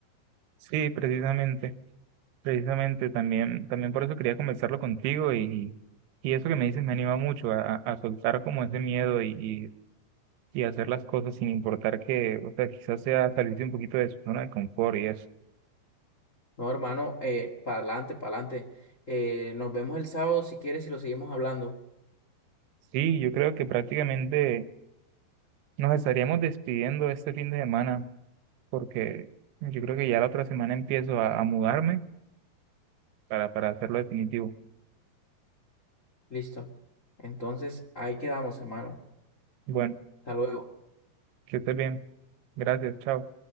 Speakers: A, on the right; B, on the left.
A: Sí, precisamente, precisamente, también, también por eso quería conversarlo contigo y, y eso que me dices me anima mucho a, a- a soltar como ese miedo y, y, y hacer las cosas sin importar que, o sea, quizás sea salirse un poquito de su zona de confort y eso.
B: No, hermano, eh, para adelante, para adelante. Eh, nos vemos el sábado si quieres y lo seguimos hablando.
A: Sí, yo creo que prácticamente Nos estaríamos despidiendo este fin de semana porque yo creo que ya la otra semana empiezo a, a mudarme para, para hacerlo definitivo.
B: Listo. Entonces, ahí quedamos, hermano.
A: Bueno,
B: Hasta luego.
A: que estés bien. Gracias, chao.